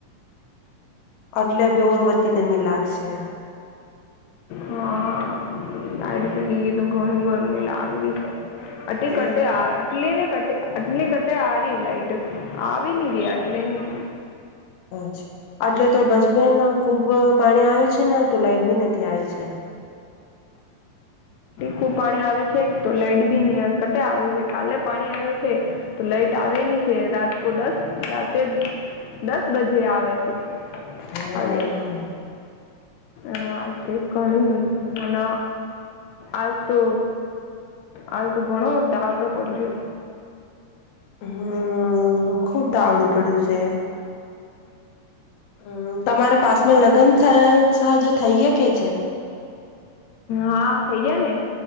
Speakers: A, on the left (about 70°); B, on the left (about 80°).
A: આટલે બે ઓર વધતી ગરમી લાગશે.
B: હા લાડી ચ લઈએ તો ઘણી ગરમી લાગડી છે. આટલી
A: હમ
B: કટે આ આટલી ને ક આટલી કટ આ ર લાઈટ, આવી ની ર આટલે નની.
A: અચ્છા આટલે તો બચમેન ખુબ પાણી આવ્યું છે ને. લાઈટ બી નથી આવી છે.
B: ખ પાણી આવે છે તો લાઈટ બી કટા આવે છે કાલે પાણી આવ્યો છે, તો લાઈટ ની છે રાતકો દસ રાતે દસ બજે આવે છે.
A: હા
B: અવેે. હજ કણી મ આજ તો આ તો ગણો તાવાવડા પોડયો.
A: હમ ખુબ તાવડું પડ્યું છે. હ તમારે પાસ મે લગ્ન થાય. ઉત્સાહ જો થઈ ગયા કે છે?
B: હા થઇ જયા ને.